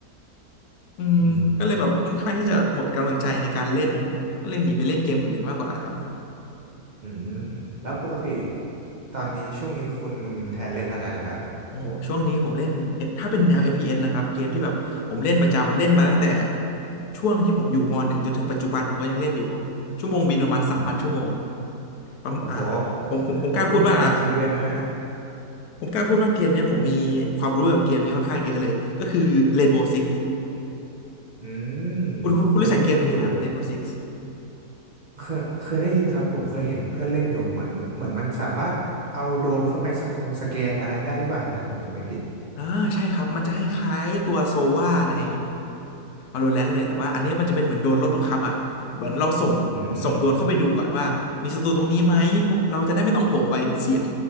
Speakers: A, on the left; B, on the right.
A: อืมก็เลยแบบค่อนข้างที่จะหมดกำลังใจในการเล่น
B: อืม
A: ก็เลยหนีไปเล่นเกมอื่นมากกว่าครับ
B: อืมแล้วปกติตอนนี้ช่วงนี้คุณแทนเล่นอะไรล่ะครับ
A: โอ้โหช่วงนี้ผมเล่น F- ถ้าเป็นแนว f p n นะครับ เกมที่แบบผมเล่นประจำ เล่นมาตั้งแต่ช่วงที่ผมอยู่ม .1 จนถึงปัจจุบันผมก็ยังเล่นอยู่ ชั่วโมงบินประมาณสามพันชั่วโมง
B: อืม
A: ผมอ่า
B: โอ้โห
A: ผมผมผมกล้าพูดว่า
B: โอ้ทุ่มเททั้งชีวิตเลยนะฮะน่ะ
A: ผมกล้าพูดว่าเกมเนี้ยผมมีความรู้เกี่ยวกับเกมนี้ค่อนข้างเยอะเลย ก็คือ Rainbow Six
B: อืม
A: คุณคุณคุณรู้จักเกมนี้ครับ
B: เคยได้ยินอยู่
A: Rainbow Six
B: เคยเคยได้ยินครับผมเคยเห็นเพื่อนเล่นอยู่เหมือนเหมือนมันสามารถเอาโดรนเข้าไปสกุงสแกนอะไรได้หรือเปล่าฮะถ้าผมจำไม่ผิด
A: อ่าใช่ครับมันจะคล้ายๆตัวโซวาใน Valorant เลยแต่ว่าอันนี้มันจะเป็นเหมือนโดนรถบังคับอ่ะเหมือนเราส่ง
B: อืม
A: ส่งโดรนเข้าไปดูก่อนว่ามีศัตรูตรงนี้ไหมพวกเราจะได้ไม่ต้องโหไปเสียง